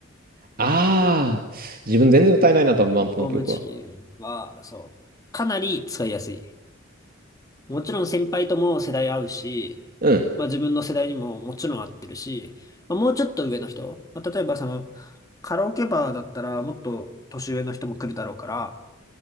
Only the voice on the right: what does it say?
ああ、自分全然歌えないな、多分、バンプの曲は。
うん。